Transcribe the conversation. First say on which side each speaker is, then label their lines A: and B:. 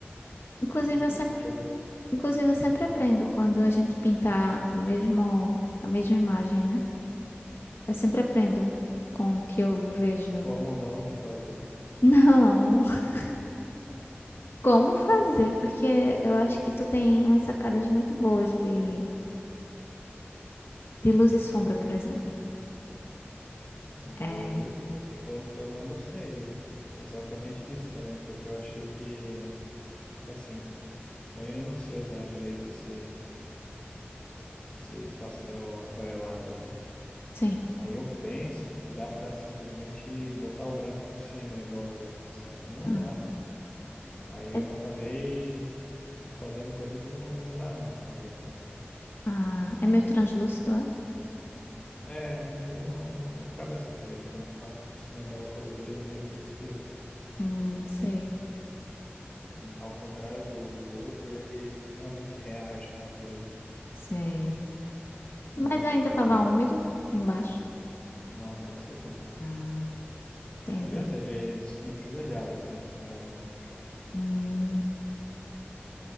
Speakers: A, on the left; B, on the left.
A: Inclusive,
B: Eu gostei
A: eu sempre,
B: do teu.
A: inclusive,
B: Hum,
A: eu sempre aprendo quando a gente pintar o mesmo, a mesma imagem, né? Eu sempre aprendo com o que eu vejo.
B: Como não fazer?
A: Não, <laughs> como fazer? Porque eu acho que tu tem umas sacadas muito boas de, de luz e sombra, por exemplo.
B: Hum, Mas
A: É,
B: ali foi. Eu, eu não gostei exatamente disso também, porque eu achei que. Porque assim, eu ainda não sei usar direito esse, esse pastel aquarelável, né?
A: sim.
B: Aí eu penso que dá pra simplesmente botar o branco por cima, igual no outro pastel, mas não
A: Ah,
B: dá. Aí eu
A: é,
B: acabei fazendo coisa que não, não dá mais pra reverter.
A: ah, é meio translúcido, é?
B: É, né, ele não, não atravessa direito. Quando tu passa por cima de algo colorido, ele meio que mistura.
A: Hum, sei,
B: E, Ao contrário do, do outro, ele realmente reage com a coisa.
A: sei. Mas
B: Não dá pra
A: ainda
B: cobrir.
A: estava úmido embaixo.
B: Não, tá seco já.
A: Ah, entendi.
B: Não adianta, ele s- não precisa de água pra ele misturar um no outro.
A: Hum,